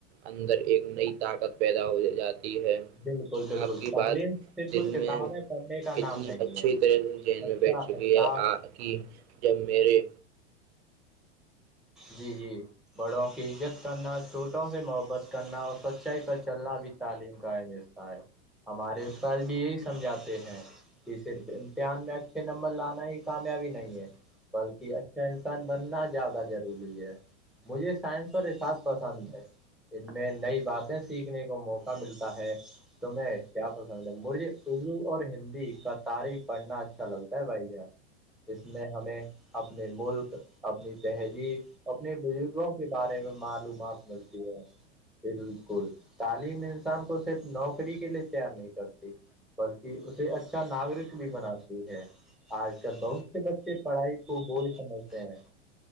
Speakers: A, on the right (about 70°); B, in the centre.
A: اندر ایک نئی طاقت پیدا ہو جاتی ہے
B: بالکل بالکل
A: آپ کی
B: تعلیم
A: بات
B: صرف
A: دل
B: کتابیں
A: میں
B: پڑھنے کا
A: اتنی
B: نام نہیں
A: اچھی
B: ہے
A: طرح سے جین
B: اچھا
A: میں بیٹھ
B: اخلاق
A: چکی ہے آ کی جب میرے
B: جی جی بڑوں کی عزت کرنا چھوٹوں سے محبت کرنا اور سچائی پر چلنا بھی تعلیم کا اہمص ہمارے استاد بھی یہی سمجھاتے ہیں کہ صرف امتحان میں اچھے نمبر لانا ہی کامیابی نہیں ہے بلکہ اچھا انسان بننا زیادہ ضروری ہے مجھے سائنس اور حساب پسند ہے ان میں نئی باتیں سیکھنے کو موقع ملتا ہے تمہیں کیا پسند ہے مجھے اردو اور ہندی کا تاریخ پڑھنا اچھا لگتا ہے بھائی جان اس میں ہمیں اپنے ملک اپنی تہذیب اپنے بزرگوں کے بارے میں معلومات ملتی ہے بالکل تعلیم انسان کو صرف نوکری کے لیے تیار نہیں کرتی بلکہ اسے اچھا ناگرک بھی بناتی ہے آج کل بہت سے بچے پڑھائی کو بولھ سمجھتے ہیں